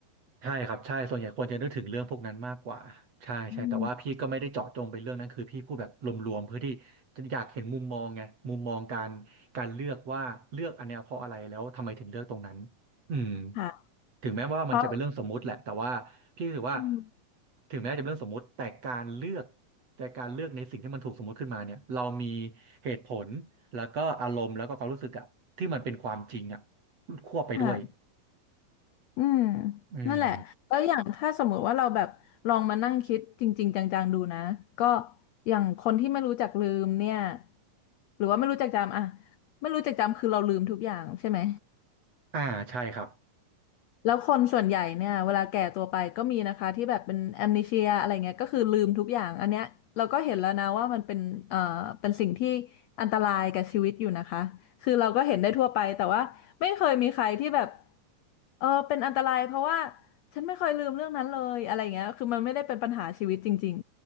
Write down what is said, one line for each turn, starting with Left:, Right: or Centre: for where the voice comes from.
Right: ใช่ครับใช่ส่วนใหญ่คนจะนึกถึงเรื่องพวกนั้นมากกว่าใช่ใช่แต่ว่าพี่ก็ไม่ได้เจาะจงไปเรื่องนั้นคือพี่พูดแบบรวมๆเพื่อที่จะอยากเห็นมุมมองไงมุมมองการการเลือกว่าเลือกอันเนี้ยเพราะอะไรแล้วทำไมถึงเลือกตรงนั้น
Left: อืม
Right: อืม
Left: ค่ะ
Right: ถึงแม้ว่ามันจะเป็นเรื่องสมมุติแหละแต่ว่าพี่รู้สึกว่า
Left: เพราะอืม
Right: ถึงแม้จะเป็นเรื่องสมมุติแต่การเลือกแต่การเลือกในสิ่งที่มันถูกสมมุติขึ้นมาเนี่ยเรามีเหตุผลแล้วก็อารมณ์แล้วก็ความรู้สึกอะที่มันเป็นความจริงอะควบไปด้วย
Left: ค่ะ อืม
Right: อืม
Left: นั่นแหละแล้วอย่างถ้าสมมุติว่าเราแบบลองมานั่งคิดจริงๆจังๆดูนะก็อย่างคนที่ไม่รู้จักลืมเนี่ยหรือว่าไม่รู้จักจำอะไม่รู้จักจำคือเราลืมทุกอย่างใช่ไหม
Right: อ่าใช่ครับ
Left: แล้วคนส่วนใหญ่เนี่ยเวลาแก่ตัวไปก็มีนะคะที่แบบเป็นแอมเนเชียอะไรเงี้ยก็คือลืมทุกอย่างอันเนี้ยเราก็เห็นแล้วนะว่ามันเป็นเอ่อเป็นสิ่งที่อันตรายกับชีวิตอยู่นะคะคือเราก็เห็นได้ทั่วไปแต่ว่าไม่เคยมีใครที่แบบเออเป็นอันตรายเพราะว่าฉันไม่เคยลืมเรื่องนั้นเลยอะไรเงี้ยคือมันไม่ได้เป็นปัญหาชีวิตจริง